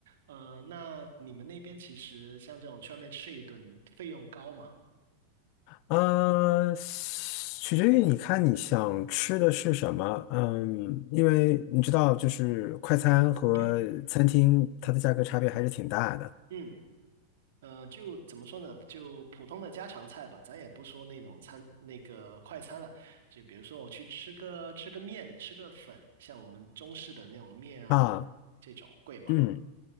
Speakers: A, on the right; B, on the left.
A: 呃，那你们那边其实像这种去外面吃一顿费用高嘛？
B: 呃，取决于你看你想吃的是什么，嗯，因为你知道，就是快餐和餐厅它的价格差别还是挺大的。
A: <clears throat> 嗯呃，就怎么说呢？就普通的家常菜吧，咱也不说那种餐，那个快餐了。就比如说我去吃个吃个面，吃个粉，像我们中式的那种面啊，
B: 啊，
A: 这种贵吗？
B: 嗯